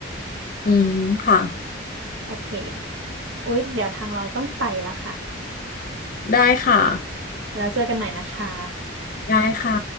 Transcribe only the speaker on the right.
โอเคโอ๊ยเดี๋ยวทางเราต้องไปละค่ะ
แล้วเจอกันใหม่นะคะ